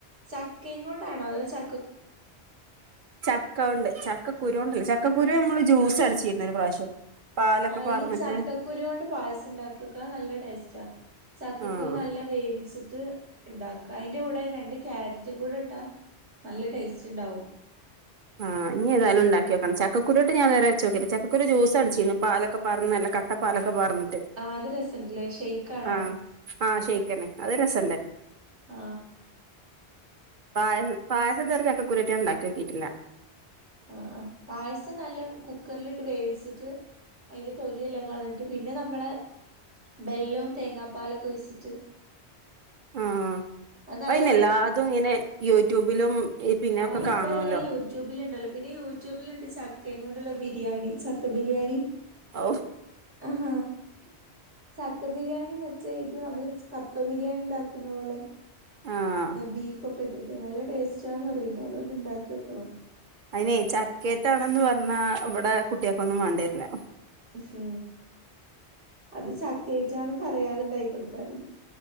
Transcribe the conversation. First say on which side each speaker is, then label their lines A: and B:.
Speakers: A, on the right; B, on the right.
A: ചക്കയും കൊണ്ടാണോ അതോ ച
B: ചക്ക ഉണ്ട് ചക്ക ചക്കരുണ്ട ചക്കുരു നമ്മള് ജൂസ് അടിച്ചിരുന്ന ഒരു പ്രാവശ്യം പാലൊക്കെ
A: ആ
B: പാർന്നിട്ട്
A: ഈ ചക്കക്കുരി കൊണ്ട് പായസം ഉണ്ടാക്കി വെക്കാ നല്ല ടേസ്റ്റാ ചക്കക്കുരു
B: ആഹ്
A: നല്ല വേവിച്ചിട്ട് ഉണ്ടാക്ക അതിന്റെ കൂടെ രണ്ട് കക്യാരറ്റും കൂടെ ഇട്ടാ നല്ല ടേസ്റ്റ് ണ്ടാവും
B: ആഹ്ീ ഏതായും ഉണ്ടാക്കിോക്കണം ചക്കരു ഇട്ട ഞാൻ വച്ച നോക്കില്ല ചക്കുരു ജൂസടിച്ചിരുന്നു പാലൊക്കെ പറഞ്ഞു നല്ല കട്ടപ്പാലൊക്കെ പറാർന്നിട്ട്
A: ആഹ് അത് രസണ്ടല്ലേ ഷെയ്ക്കാണോ
B: ആ ആ ശരിക്കനെ അത് രസ
A: ആ
B: പായ പായസം റച്ചൊക്കെ കുരറ്റിയ ഉണ്ടാക്കി വെക്കിയിട്ടില്ല
A: ആ ആ പായസം നല്ല കുക്കറിലിട്ട് വേവിച്ചിട്ട് <unintelligible> അതിന്റെ തൊല്ിയെല്ലാം കളന്നിട്ട് പിന്നെ നമ്മള ബെല്ലവും തേങ്ങാപ്പാലൊക്കെ ഒഴിച്ചിട്ട്
B: ആആ
A: അത് നല്ല
B: അയിന് എല്ലാതും ഇങ്ങനെ യൂട്യൂബിലും പിന്നെ
A: ആ
B: ഒക്കെ
A: ഇപ്പൊ
B: കാണുവല്ലോ
A: എല്ലാം യൂട്യൂബിൽ ഉണ്ടല്ലോ പിന്നെ യൂട്യൂബിലുണ്ട് ക്ക എങ്ങ കൊണ്ടുള്ള ബിരിയാണി ചക്ക ബിരിയാണി
B: ഓ
A: ഹ സാക്ക ബിരിയാണി മറ്റ <unintelligible> ഇത് നമ്മള് കപ്പ ബിരിയാണി ഉണ്ടാക്കുന്ന പോലെ
B: ആഹ്
A: ബീഫൊക്കെ ഇിട്ട് നല്ല ടേസ്റ്റാന്ന് പറയിണ്ട അതൊന്നന്ന് ണ്ടാക്കി വെക്കണം
B: അനേ ചക്കേട്ടാണന്ന് പറഞ്ഞാ ഇവിടെ കുട്ടികക്ക ഒന്നും വേണ്ടേരില്ല
A: <unintelligible> അത് ചക്കയിറ്റാന്ന് പറയാതണ്ടായി കൊടുത്താതി